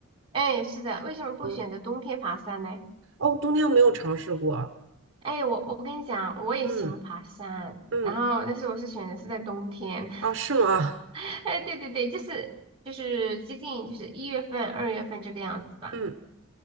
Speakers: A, on the right; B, on the right.
A: 哎，是的，为什么不选择冬天爬山呢？
B: <laughs> 嗯，哦，冬天没有尝试过。
A: 哎，我我跟你讲，我也喜欢爬山，
B: 嗯嗯，
A: 然后但是我是选择是在冬天。<laughs>
B: 哦，是吗？
A: 哎，对对对，就是就是接近就是一月份、二月份这个样子吧。
B: 嗯